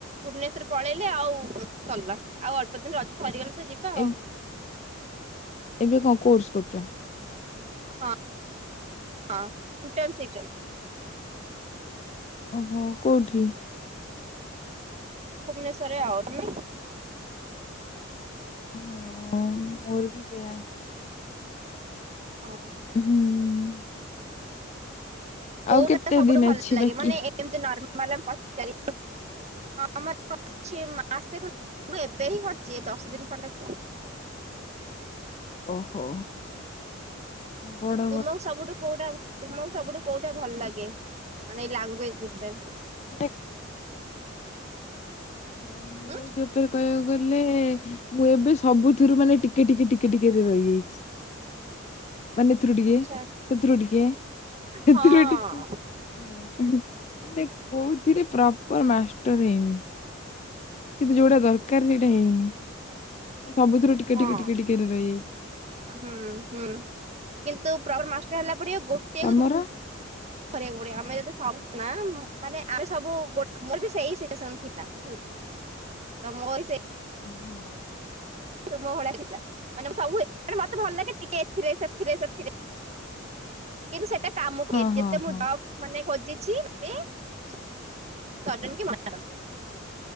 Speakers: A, on the right; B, on the left.
A: ଭୁବନେଶର ପଳେଇଲେ ଆଉ ସରିଲା ଆଉ ଅଳ୍ପ ଦିନି ର ସରିଗଲେ ତ ଯିବା
B: ଏ
A: ଆଉ।
B: ଏବେ କ କୋର୍ସ କରୁଚ?
A: ହଁ ହଁ ଇନ୍ଟନସିପ୍ ଚାଲି
B: ଓହୋ କୋଉଠି?
A: ଭୁବନେଶ୍ୱରରେ ଆଉ ତମେ?
B: ହୁଁ ମୋର ବି ସେୟା।
A: ହଁ।
B: ହୁଁ
A: କୋଉଟାା
B: ଆଉ କେତେ
A: ସବୁଠୁ
B: ଦିନ
A: ଭଲ
B: ଅଛି
A: ଲାଗେ
B: ବାକି?
A: ମାନେ ଏମତି ନର୍ମାଲା ପଚାରି ହଁ <inaudible> ଅଛି ମାସେ ଖ ମୁଁ ଏବେ ହିଁ କରିଛି ଦଶ ଦିନି ଖଣ୍ଡେ କୁ
B: ଓହୋ। ବଡ।
A: ତୁମକୁ ସବୁଠୁ କୋଉଠା ତୁମକୁ ସବୁଠୁ କୋଉଠା ଭଲ ଲାଗେ ମାନେ ଲାଗୁକୁ ଏ ବିଷରେ ଥାଏ।
B: ମୋ ଟେ। ହଁ ଲାଗୁଏଜ
A: ଉଁ
B: ଉପରେ କହିବାକୁ ଗଲେ। ହେଲେ ମୁଁ ଏବେ ସବୁଥିରୁ ମାନେ ଟିକେ ଟିକେ ଟିକେ ଟିକେରେ ରହିଯାଇଛି। ମାନେ ଏଥିରୁୁ ଟିକେ
A: ଆଚ୍ଛା
B: ଏଥିରୁ ଟିକେ
A: ହଁ
B: ଏଥିରୁ ଟିକେ। ଟେ କୋଉଥିରେ ପ୍ରପର ମାଷ୍ଟର ହେଇନି। କିନ୍ତୁ ଯୋଉଟା ଦରକାର ସେଇଟା ହେଇନି ସବୁଥିରୁ ଟିକେ
A: ହଁ
B: ଟିକେ ଟିକେ ଟିକେରେ ରହିଯାଇ।
A: ହୁଁ ହୁଁ କିନ୍ତୁ ପ୍ରବଳ ମାଷ୍ଟ ହେଲା ପଡିିବ ଗୋଟିଏ
B: ତମର?
A: ଧ କରିବାକୁ ପଡିବ ଆମେ ଯଦି ସବୁ ନା ମୁଁ ମାନେ ଆମେ ସବୁ ଗୋଟେ ମୋର ବି ସେଇ ସିଚୁଏସନ ଥିଲା ହୁଁ।। ତ ମର ବି ସେଇ।
B: ହୁଁ।
A: ତୁମ ଭହଳି ଦେଖିଥିଲା ମାନେ ସବୁେ ମତେ ଭଲ ଲାଗେ ଟିକେ ଏଥିରେ ସେଥିରେ ସେଥିରେ। କିନ୍ତୁ ସେଇଟା କାମୁ
B: ହଁ
A: ଏ ଯେତେ
B: ହଁ
A: ମୁଁ
B: ହଁ
A: ଜପ୍। ମାନେ ଖୋଜିଛି ମତେ ସଡନ୍ କି ମନାକରିଦିଏ।